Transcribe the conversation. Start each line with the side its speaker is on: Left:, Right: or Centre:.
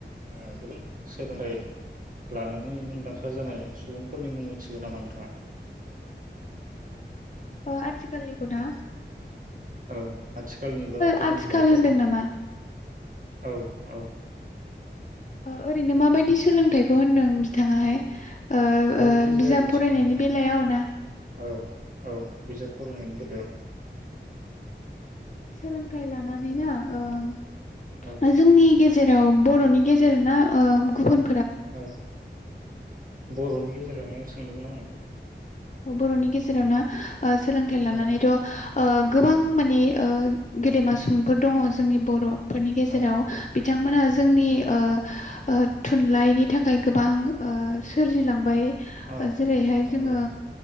Right: ओ गोबां सोलोंथाय लानानै मुंदांखा जानाय सुबुंफोरनि मुं मिथिगौ नामा नोंथाङा?
Left: अ आथिखालनिखौना
Right: औ आथिखालनिबा गोदोनिबाबो
Left: आथिखाल
Right: जागोन
Left: होनदों नामा
Right: औ औ
Left: ओ ओरैनो माबायदि सोलोंथाइखौ होनदों बिथांङाहाय ओ
Right: जायखिजाया
Left: ओ बिजाब
Right: बिथिङावनो
Left: फरायनायनि बेलायाव ना
Right: औ औ बिजाब फरायनायनि बेलायाव
Left: सोलोंथाइ लानानैना ओ
Right: औ
Left: जोंनि गेजे जेराव बर'नि गेजेरना ओ गुबुन
Right: औ बर'नि गे जेरावनो सोंदोंमोन आङो।
Left: बर'नि गेजेराव ना ओ सोलोंथाइ लानानैथ'
Right: आङो
Left: ओ गोबां माने ओ गेदेमा सुबुंफोर दङ जोंनि बर' फोरनि गेजेराव
Right: औ
Left: बि बिथांमोनहा जोंनि ओ ओ थुनलाइनि थाखाय गोबां ओ सोरजिलांबाय
Right: औ
Left: जेरैहाय
Right: नंगौ
Left: जोंङो